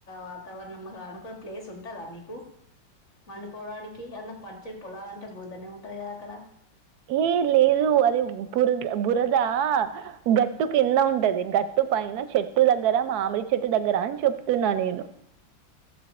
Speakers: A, on the left (about 40°); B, on the right (about 70°).
A: వాతావరణం అనుకో ప్లేస్ ఉంటదా మీకు వండుకోవడానికి అద పచ్చని పొలాలంటే బురదనే ఉంటది కదా అక్కడ
B: ఏ లేదు అది బురద బురద గట్టు కింద ఉంటది గట్టు పైన చెట్టు దగ్గర మామిడి చెట్టు దగ్గర అని చెప్తున్నా నేను